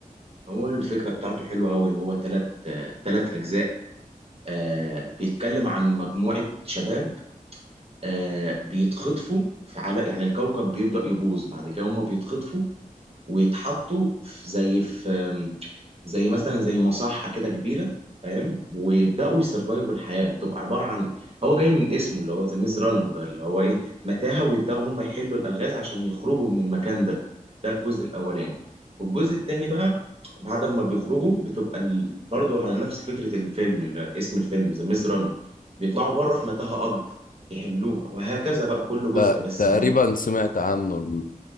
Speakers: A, on the right (about 40°); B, on the left (about 65°).
A: هو الفكره بتاعته حلوه قوي هو تلات آه، تلات اجزاء آه بيتكلم عن مجموعه شباب آه بيتخطفوا في على يعني الكوكب بيبدأ يبوظ بعد كده هما بيتخطفوا ويتحطوا في زي في آم، زي مثلا زي مصحة كده كبيرة فاهم ويبدأوا يسرفايفوا الحياة بتبقى عبارة عن هو جاي من اسمه اللي هو ذا ميز رانر ده اللي هو ايه متاهة ويبدأوا هم يحلوا الألغاز عشان يخرجوا من المكان ده ده الجزء الأولاني والجزء التاني بقى بعد ما بيخرجوا بتبقى ال... برضه على نفس فكرة الفيلم اللي اسم الفيلم ذا ميز رانر بيطلعوا بره في متاهة أكبر يحلوها وهكذا بقى كل جزء
B: ت-
A: بس
B: تقريبا
A: يعني
B: سمعت عنه